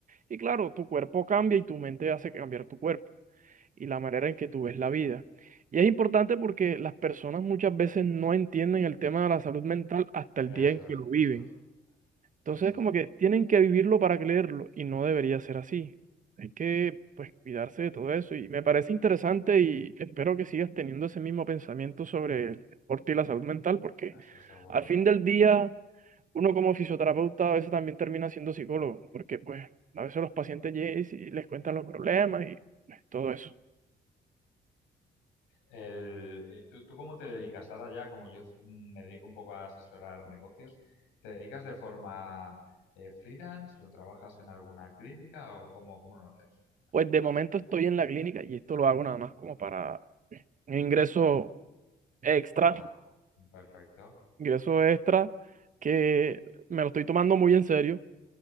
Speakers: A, on the right (about 40°); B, on the left (about 85°).
A: Y claro, tu cuerpo cambia y tu mente hace cambiar tu cuerpo y la manera en que tú ves la vida. Y es importante porque las personas muchas veces no entienden el tema de la salud mental hasta el
B: Eso
A: día en que
B: es,
A: lo viven.
B: eso es.
A: Entonces,
B: Sí, sí,
A: como que tienen que vivirlo para creerlo y no debería ser así. Hay que, pues, cuidarse de todo eso y me parece interesante y espero que sigas teniendo ese mismo pensamiento sobre el deporte y la salud mental porque
B: eso seguro.
A: al fin del día uno como fisioterapeuta a veces también termina siendo psicólogo porque, pues, a veces los pacientes llegan y les cuentan los problemas y pues, todo eso.
B: El, eh, ¿tú, tú cómo te dedicas? Ahora ya, como yo s- me dedico un poco a asesorar negocios, ¿te dedicas de forma eh, freelance o trabajas en alguna clínica o cómo, cómo lo haces?
A: Pues de momento estoy en la clínica y esto lo hago nada más como para un ingreso extra,
B: Ah, perfecto.
A: ingreso extra que me lo estoy tomando muy en serio.